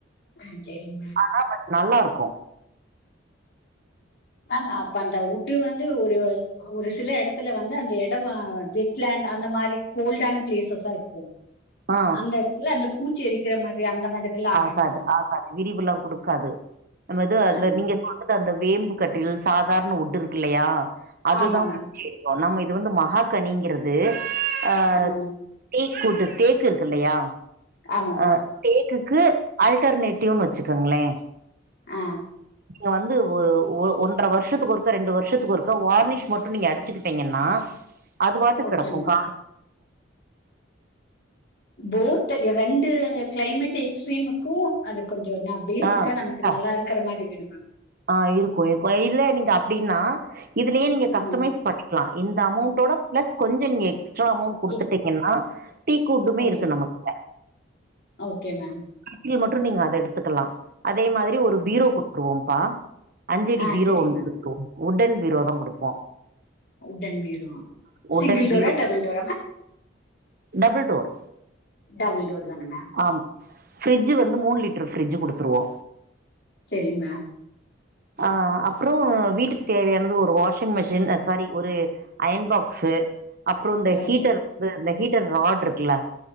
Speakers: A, on the left (about 60°); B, on the right (about 50°).
A: ஆ சேரிங்க மேம்
B: ஆ பட் நல்லா இருக்கும்
A: மேம் அப்ப அந்த உட்டு வந்து ஒரு ஒரு சில எடத்துல வந்து அந்த இடம் வ லாண்ட் அந்த மாரி கோல்டான பிளேசஸா இருக்கும்
B: ஆ
A: அந்த எடத் இல்ல அந்த பூச்சி எரிக்கிற மாதிரி அந்த மாதிரி எல்லாம் ஆகாதா
B: ஆகாது
A: மேம்
B: ஆகாது விரிவுல்லாம் கொடுக்காது நம்ம இது அந்த
A: ஆமா
B: நீங்க து அந்த வேம்பு கட்டில் சாதாரண உட்டு இருக்கு இல்லையா அதுதான்
A: ஆமா மேம்
B: நம்ம இது வந்து மஹா கனிங்கிறது அ
A: ஆமா மேம்
B: டீக் உட்டு தேக்கு இருக்கு இல்லையா
A: ஆமா மேம்
B: அ தேக்கு க்கு ஆல்டர்னேட்டிவ்ன் வெச்சுக்கங்ளே
A: ஆ
B: இப்போ வந்து ஒ ஒ ஒன்ற வருஷத்துக்கு ஒருக்க ரெண்டு வருஷத்துக்கு ஒருக்க வார்னிஷ் மட்டு நீங்க அடிச்சுக்கிட்டீங்கன்னா அது பாட்டுக்
A: ஓகே
B: கெடக்கு
A: மேம்
B: கா
A: போத் ரெண்டு கிளைமேட் எக்ஸ்ட்ரீமுக்கு அது கொஞ்சோ நா பேசிக்கா
B: ஆ கரெக்டா
A: நமக்கு நல்லா இருக்கிற மாரி வேணு மேம்
B: ஆ இருக்கும் இருக்கும் இல்ல நீங்க அப்டின்னா இதுலயே நீங்க கஸ்டமைஸ்
A: ஆமா மேம்
B: பண் க்லா இந்த அமவ்ண்டோட பிளஸ் கொஞ்சோ நீங்க எக்ஸ் ஸ்ட்ரா அமவ்ண்ட் குடுத்துட்டீங்கன்னா
A: எஸ்
B: டீக் உட்டுமே
A: ஓகே
B: இருக்கு
A: மேம்
B: நம்ம கிட்ட
A: ஓகே மேம்
B: டி வி ய மற்றும் நீங்க அத எடுத்துக்கலா அதே மாதிரி ஒரு பீரோ குடுத்துருவோம்ப்பா அஞ்சடி
A: ஆ
B: பீரோ
A: சரிங்க
B: ஒன்னு
A: மேம்
B: குடுத்ருவோ உட்டன் பீரோ தா குடுப்போ
A: உட்டன் பீரோ
B: உட்டன்
A: சிங்கிள் டோரா
B: பீரோ
A: டபுள் டோரா ma'am
B: double door
A: double door தான மேம்
B: ஆமா ஃப்ரிஜ்ஜி வந்து மூண் லிட்டர் ஃப்ரிஜ்ஜி குடுத்துருவோ
A: செரி மேம்
B: அ அப்புறம் வீட்டுக்கு தேவையானது ஒரு வாஷிங் மிஷின் அ சாரி ஒரு அயன் பாக்ஸ்ஸு அப்புறம் இந்த
A: ஓகே.
B: ஹீட்டர் வந்து அந்த ஹீட்டர் ரார்ட் இருக்குல